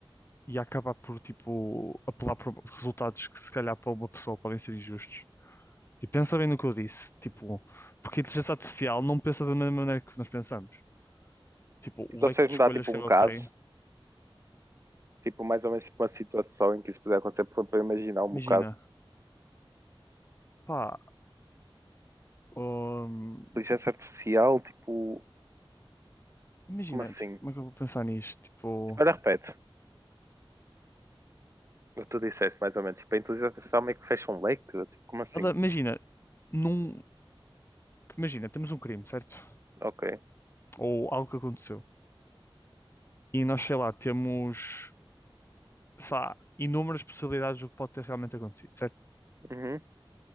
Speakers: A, on the left; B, on the right.
A: e acabar por, tipo, apelar por resultados que, se calhar, para uma pessoa podem ser injustos. Tipo, pensa bem no que eu disse, tipo, porque a inteligência artificial não pensa da mesma maneira que nós pensamos. Tipo,
B: Então,
A: o leque
B: se vocês
A: de
B: me
A: escolhas
B: dar tipo um
A: que ela
B: caso,
A: tem,
B: tipo mais ou menos tipo, uma situação em que isso puder acontecer, para para eu imaginar um
A: imagina,
B: bocado.
A: pá, hum,
B: Inteligência artificial, tipo,
A: imagina,
B: como assim?
A: tipo, como é que eu vou pensar nisto? Tipo,
B: Olha, repete. O que Tu disseste mais ou menos, tipo, a inteligência artificial meio que fecha um leque, tipo, como assim?
A: ela, imagina, num, imagina, temos um crime, certo?
B: Ok.
A: Ou algo que aconteceu. E nós, sei lá, temos, sei lá, inúmeras possibilidades do que pode ter realmente acontecido, certo?
B: Uhum.